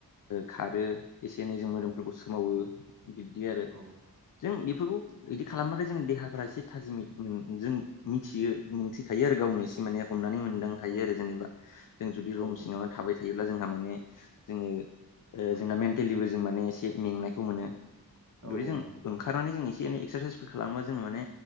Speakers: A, on the left; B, on the right.
A: खारो। एसे एनै जों मोदोमफोरखौ
B: औ
A: सोमावो बिब्दि आरो
B: औ
A: जों बेफोरखौ बिदि खालामबाथाय जों देहाफ्रा एसे थाजिम जों मिथियो मिथिखायो आरो गावनो एसे माने। हमनानै मोनदां हायो
B: औ
A: आरो जेन'बा जों जुदि रूम।
B: औ
A: थाबाय थायोब्ला जोंहा माने जोङो। जोंना मेन्टेलिबो जों माने एसे मेंनायखौ मोनो
B: औ
A: जुदिे
B: औ
A: जों
B: नंगौ
A: ओंखारनानै जों एसे। एनै एक्सारसाइसफोर खालामोबा जोङो माने